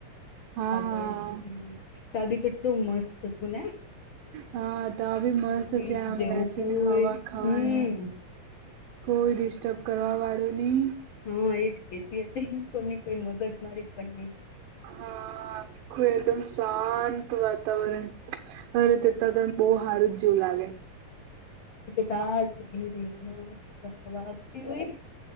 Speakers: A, on the right; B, on the left.
A: હા
B: આગળ
A: હા
B: હમ. તાબી કેટલું મસ્ત હતું ને.
A: હા, તો આ બી મસ્ત
B: બીચ
A: છે, આમ
B: જેવું
A: બેસીને,
B: કોઈ
A: હવા ખાવાની.
B: હમ
A: કોઈ ડિસ્ટર્બ કરવા વાળું નહીં.
B: હા, એજ ખેતી હતી, કોની કઈ મગજ મારી પણ નહી.
A: હા, આખું એકદમ શાંત વાતાવરણ. હરે તેતા
B: એજ તો
A: ત બહુ સારું જ જેવું લાગે.
B: તાજ ન વાતી હોય.